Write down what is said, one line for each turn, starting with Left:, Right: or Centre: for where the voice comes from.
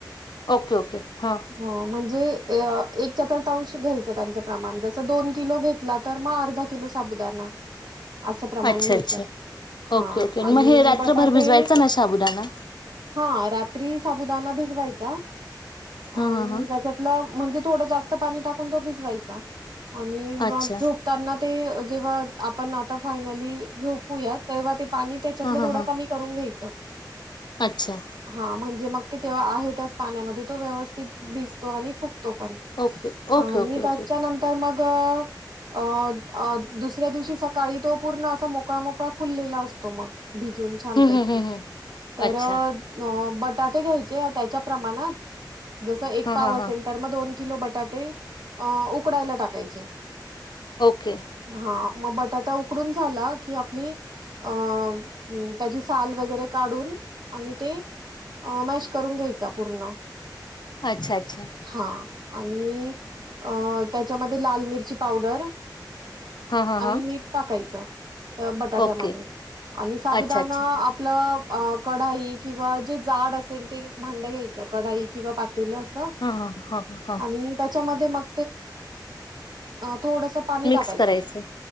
Left: ओके ओके हां.
Right: म्हणजे अह एक चतुर्थांश घ्यायचं त्यांच प्रमाण जस दोन किलो घेतल तर मग अर्धा किलो साबूदाना असं प्रमाण
Left: अच्छा
Right: घ्यायचं,
Left: अच्छा
Right: हा
Left: ओके ओके
Right: आणि
Left: मग
Right: मी
Left: हे रात्रभर
Right: बटाटे
Left: भिजवायचा ना साबुदाणा
Right: हा रात्री साबुदाना भिजवायचा
Left: हां
Right: आणि
Left: हां हां
Right: त्याच्यात ल म्हणजे थोड़ जास्त पाणी टाकून तो भिजवायचा आणि मग
Left: अच्छा
Right: झोपताना ते जेव्हा आपण आता फायनली झोपूया तेव्हा ते पाणी त्याच्यातलं
Left: हां
Right: थोडं
Left: हां हां
Right: कमी करून घ्यायचं.
Left: अच्छा.
Right: हा म्हणजे मग ते तेव्हा आहे त्याच पाण्यामध्ये तो व्यवस्थित भिजतो आणि फुकतो पण
Left: ओके ओके
Right: आणि
Left: ओके ओके
Right: त्याच्या
Left: ओके.
Right: नंतर मग अ - अ दुसऱ्या दिवशी सकाळी तो पूर्ण असा मोकळा -मोकळा फुललेला असतो मग भिजून छानपैकी
Left: हम्म हम्म हम्म हम्म
Right: तर
Left: अच्छा
Right: बटाटे घ्यायचे त्याच्या प्रमाणात जस एक
Left: हां
Right: पाव
Left: हां
Right: असेल
Left: हां
Right: तर मग दोन किलो बटाटे उकडायला टाकायचे.
Left: ओके.
Right: हा मग बटाटा उकडून झाला की आपली अ त्याची साल वगैरे काढून आणि ते अ मॅश करून घ्यायचा पूर्ण.
Left: अच्छा -अच्छा.
Right: हा आणि त्याच्यामध्ये लाल मिरची पावडर
Left: हां हां हां
Right: आणि मीठ टाकायचं तर बटाट्यामध्ये
Left: ओके
Right: आणि साबुदाणा
Left: अच्छा अच्छा
Right: आपलं अ कढाई किंवा जे जाड असेल ते भांडं घ्यायचं कढाई किंवा पातेलं अस
Left: हां हां हां हां हां
Right: आणि त्याच्या मधे मग थोड़स ते पाणी
Left: मिक्स
Right: टाकायचं
Left: करायचं.